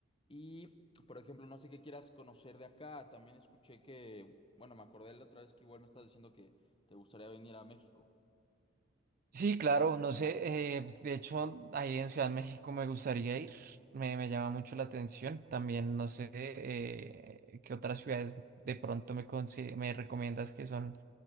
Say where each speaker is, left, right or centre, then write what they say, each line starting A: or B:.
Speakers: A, on the left; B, on the right.
A: Y, por ejemplo, no sé qué quieras conocer de acá. También escuché que, bueno, me acordé la otra vez que igual me estás diciendo que te gustaría venir a México.
B: Sí, claro, no sé, eh, de hecho ahí en Ciudad de México me gustaría ir, me, me llama mucho la atención, también no sé eh, qué otras ciudades de pronto me, consi- me recomiendas que son